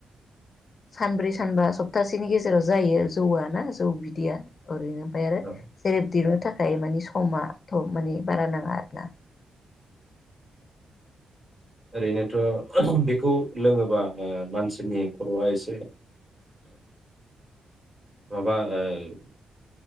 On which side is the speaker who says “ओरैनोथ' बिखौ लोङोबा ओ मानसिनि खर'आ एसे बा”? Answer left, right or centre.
Right